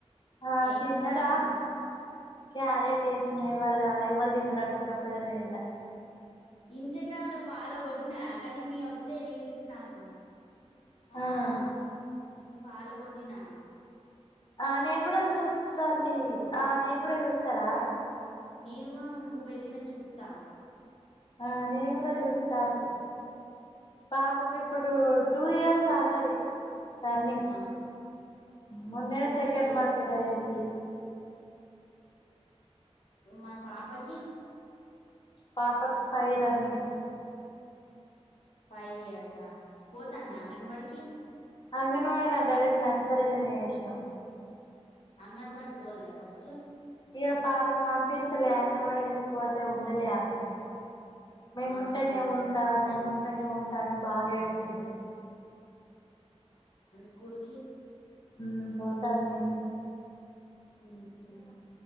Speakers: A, on the left (about 40°); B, on the left (about 70°).
A: ఆహ్
B: ఏం
A: తిన్నరా.
B: కూర వండినవ్
A: క్యారెట్ చేసిన ఇవాళ అది ఎవ్వరు తిన్నరట్టా నేను ఒకదానే తిన్న.
B: ఇన్స్టాగ్రామ్ లో ఫాలో కొట్టిన అక్కని మీ వత్తయి రీల్స్ నాకు
A: ఆ
B: ఆహ్. నువ్వు ఫాలో కొట్టిన.
A: ఆహ్ నేను గుడా చూస్త మీవి. ఆహ్ నేను కూడా చూస్తరా.
B: నేను గుడ నువ్వు పెట్టినవి జూత్త.
A: ఆహ్ నేను గూడ జస్త మీ పాపకు చెప్. ఇప్పుడు టూ ఇయర్స్ ఆల్రెడీ. రన్నింగ్
B: ఆహా
A: మొన్నే
B: ఈ మరి
A: సెకండ్ బర్త్డే అయింది
B: మరి పాపకి.
A: పాపాకి ఫైవ్ రన్నింగ్.
B: ఫైవ్ ఇయర్స్ పోతాండ బడికి.
A: అంగన్ వాడి కాదు డైరెక్ట్ నర్సరీలనే వేశినం.
B: అంగన్వాడికి తోల్లే ఫస్ట్.
A: ఇక పాపను ఆమెను పంపించలే అంగనవాడి తీసుకపోతే ఉండలే ఆమె. మేము
B: ఆహా
A: ఉంటేనే ఉంటా మేము నేను ఉంటాని బాగా ఏడ్చింది.
B: స్కూల్కి.
A: ఉమ్ పోతాండే.
B: ఉమ్ ఉమ్.